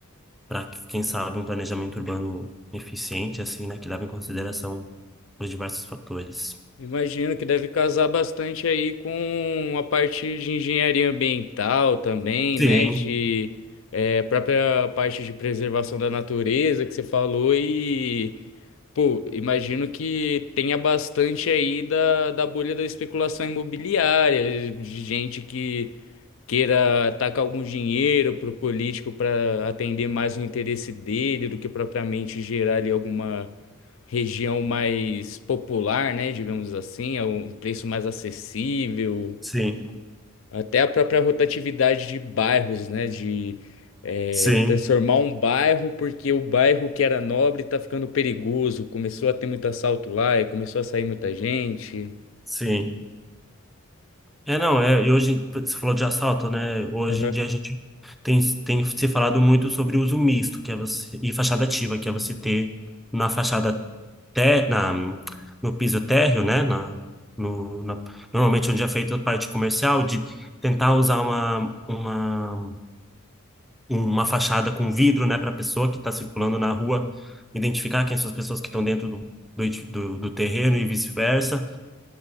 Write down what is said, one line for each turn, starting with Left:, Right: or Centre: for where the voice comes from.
Centre: para, quem sabe, um planejamento urbano eficiente, assim, né? Que leva em consideração os diversos fatores.
Left: Imagino que deve casar bastante aí com a parte de engenharia ambiental também,
Centre: Sim,
Left: né? De eh, própria parte de preservação da natureza que você falou e Pô, imagino que tenha bastante aí da, da bolha da especulação imobiliária, de gente que queira tacar algum dinheiro pro político para atender mais o interesse dele do que propriamente gerar ali alguma região mais popular, né? Digamos assim, a um preço mais acessível.
Centre: sim,
Left: Até a própria rotatividade de bairros, né? De eh,
Centre: sim,
Left: transformar um bairro porque o bairro que era nobre tá ficando perigoso. Começou a ter muito assalto lá e começou a sair muita gente.
Centre: sim. É, não, é, e hoje, você falou de assalto, né? Hoje
Left: Aham,
Centre: em dia a gente tem, tem se falado muito sobre o uso misto, que é você, e fachada ativa, que é você ter na fachada, té na, no piso térreo, né? Na, no, na- normalmente onde é feita a parte comercial, de tentar usar uma, uma, uma fachada com vidro, né, para a pessoa que está circulando na rua, identificar quem são as pessoas que estão dentro do, do, edi- do do terreno e vice-versa